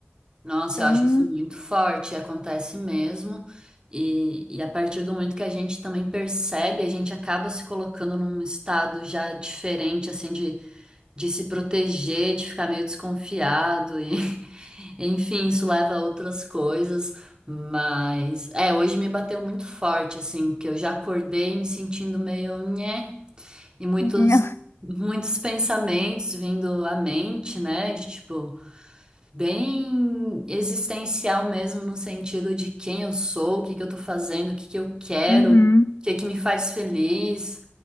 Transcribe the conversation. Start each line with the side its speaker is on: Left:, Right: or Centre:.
Right: Nossa,
Left: Então.
Right: eu acho isso muito forte, acontece mesmo. E, e a partir do momento que a gente também percebe, a gente acaba se colocando num estado já diferente, assim, de de se proteger, de ficar meio desconfiado e <laughs> enfim, isso leva a outras coisas, mas é, hoje me bateu muito forte assim, que eu já acordei me sentindo meio nhé, e muitos
Left: <laughs>
Right: muitos pensamentos vindo à mente, né, de tipo bem existencial mesmo, no sentido de quem eu sou, o que que eu tô fazendo, o que que eu quero,
Left: Uhum.
Right: o que que me faz feliz.